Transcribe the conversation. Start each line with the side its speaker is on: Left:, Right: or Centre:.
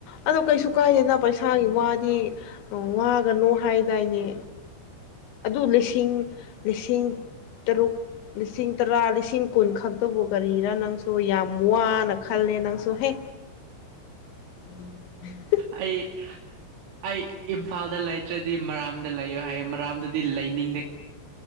Left: ꯑꯗꯣ ꯀꯩꯁꯨ ꯀꯥꯏꯗꯦꯅ ꯄꯩꯁꯥꯒꯤ ꯋꯥꯗꯤ ꯋꯥꯒꯅꯣ ꯍꯥꯏꯗꯥꯏꯅꯦ ꯑꯗꯨ ꯂꯤꯁꯤꯡ ꯂꯤꯁꯤꯡ ꯇꯔꯨꯛ ꯂꯤꯁꯤꯡ ꯇꯔꯥ ꯂꯤꯁꯤꯡ ꯀꯨꯟ ꯈꯛꯇꯕꯨ ꯀꯔꯤꯔꯥ ꯅꯪꯁꯨ ꯌꯥꯝ ꯋꯥꯅ ꯈꯜꯂꯦ ꯅꯪꯁꯨ ꯍꯦ inaudible
Right: ꯑꯩ ꯑꯩ ꯏꯝꯐꯥꯜꯗ ꯂꯩꯇ꯭ꯔꯗꯤ ꯃꯔꯥꯝꯗ ꯂꯩꯌꯣ ꯍꯥꯏꯌꯦ ꯃꯔꯥꯝꯗꯗꯤ ꯂꯩꯅꯤꯡꯗ